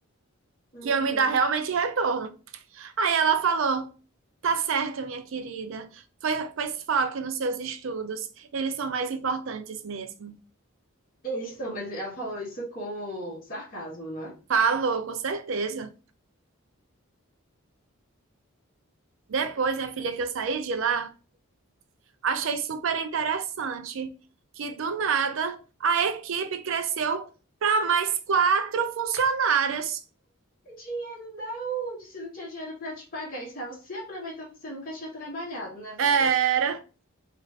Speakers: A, on the left; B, on the right.
A: Uhum.
B: Que eu me dar realmente retorno. Aí ela falou: Tá certo, minha querida. Foi- Pois foque nos seus estudos. Eles são mais importantes mesmo.
A: Eles são, mas ela falou isso com sarcasmo, né?
B: Falou, com certeza. Depois, minha filha, que eu saí de lá, achei super interessante que do nada a equipe cresceu para mais quatro funcionárias.
A: Dinheiro não, disse não tinha dinheiro para te pagar, estava se aproveitando que você nunca tinha trabalhado na vida.
B: Era,